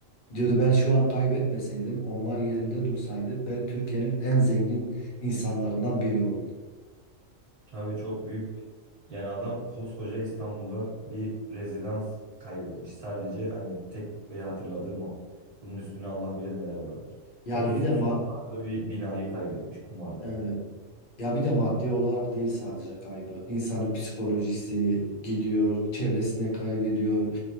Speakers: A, on the left (about 45°); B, on the right (about 25°).
A: Diyordu ben şu an kaybetmeseydim onlar yerinde dursaydı ben Türkiye'nin en zengin insanlarından biri olurdum.
B: Tabii çok büyük. Yani adam koskoca İstanbul'da bir rezidans kaybetmiş. Sadece hani tek bir hatırladığım o. Bunun üstüne Allah bilir neler vardır.
A: Yani
B: 30
A: bir de
B: küsur
A: ma-
B: katlı bir binayı kaybetmiş kumarda.
A: evet. Ya bir de maddi olarak değil sadece kaybı. İnsanın psikolojisi gidiyor, çevresine kaybediyor,